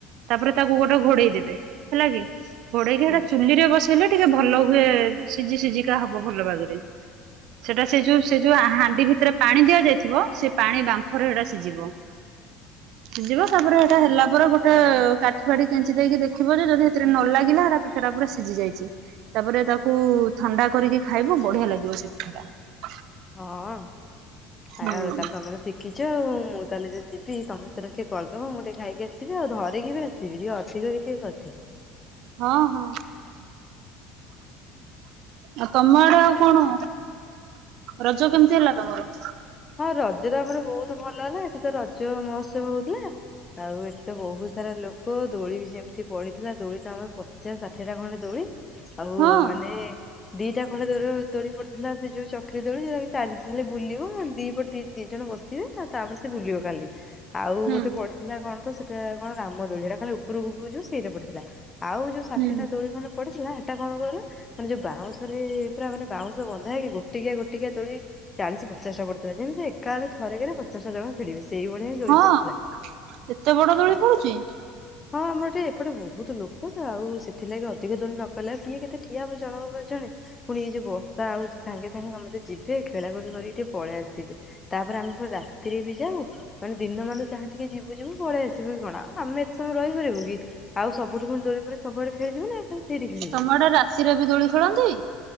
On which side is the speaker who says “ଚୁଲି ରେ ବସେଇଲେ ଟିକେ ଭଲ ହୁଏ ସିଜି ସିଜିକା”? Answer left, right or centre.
Right